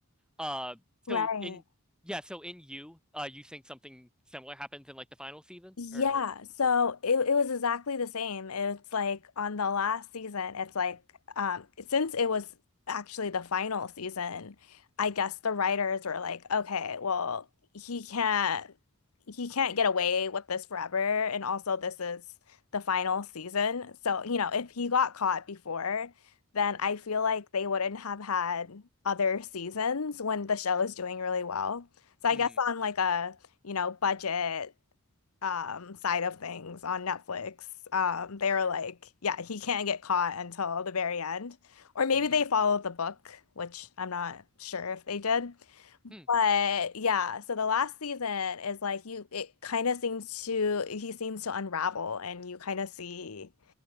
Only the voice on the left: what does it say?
right.
Yeah,
so it, it was exactly the same. It's like on the last season, it's like um since it was actually the final season, I guess the writers were like, okay, well, he can't he can't get away with this forever and also this is the final season. So, you know, if he got caught before, then I feel like they wouldn't have had other seasons when the show is doing really well. So
I guess on like a you know, budget um side of things on Netflix, um, they were like, yeah, he can't get caught until the very end. Or maybe
they followed the book, which I'm not sure if they did.
But yeah, so the last season is like you it kind of seems to he seems to unravel and you kind of see